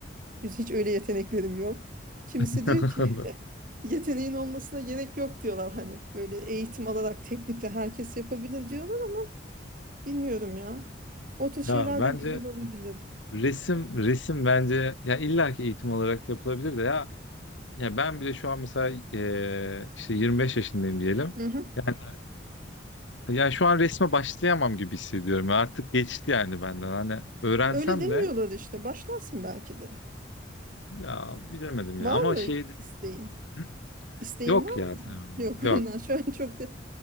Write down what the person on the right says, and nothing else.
Biz Hiç öyle yeteneklerim yok. Kimisi
diyor ki <laughs> yeteneğin olmasına gerek yok diyorlar hani böyle eğitim alarak teknikle herkes yapabilir diyorlar. Bilmiyorum ya. O tür şeyler
de güzel olabilir.
Hı hı.
Öyle demiyorlar
işte. Başlarsın belki de.
Var
mı
isteğin?
İsteğin
var
mı?
Yok
<laughs> ondan. Şu an çok da